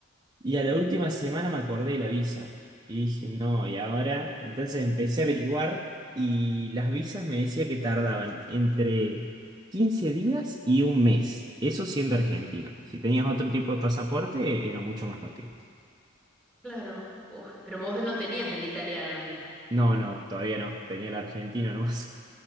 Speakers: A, on the right; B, in the centre.
A: Y a la última semana me acordé de la visa. Y dije, no, ¿y ahora? Entonces empecé a averiguar y las visas me decía que tardaban entre 15 días y un mes. Eso siendo argentino. Si tenías otro tipo de pasaporte, era mucho más rápido.
B: Claro. Uf, pero vos no tenías el italiano ahí.
A: No, no, todavía no. Tenía el argentino nomás.